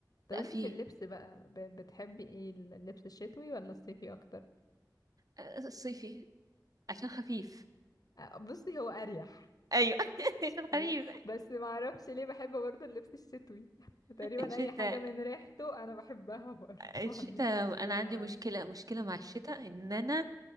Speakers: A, on the left; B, on the right.
A: طب
B: لا
A: انتي
B: فيه
A: في اللبس بقى ب- بتحبي ايه اللبس الشتوي ولا الصيفي اكتر
B: آه، الصيفي عشان خفيف
A: آه، بصي هو اريح
B: ايوه <laughs> عشان خفيف
A: ايوه بس ما اعرفش ليه بحب برضه اللبس الشتوي <laughs> تقريبا
B: الشتاء
A: اي حاجه من ريحته انا بحبها برضه <laughs>
B: الشتاء
A: ما عنديش مشكله
B: انا عندي
A: معاه
B: مشكله مشكله مع الشتاء ان انا